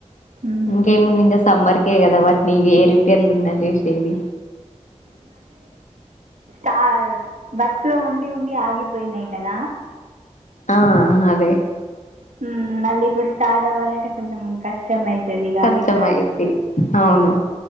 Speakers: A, on the right (about 85°); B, on the left (about 85°).
A: మ్మ్.
B: ఇంకేముంది ఇకా సమ్మర్కె కదా వాట్ నీ ఇగ ఏరీ రాపర్లు ఉన్నా జేసేది
A: కాద్ వర్క్ లో ఉండి ఉండి ఆగిపోయినాయి కదా
B: ఆ అదే
A: హ్మ్మ్ మళ్ళీ ఇప్పుడు స్టార్ట్ అవ్వాలంటే కొంచెం కష్టం అయితది ఇగ
B: కష్టమైద్ది
A: అది కూడా
B: అవును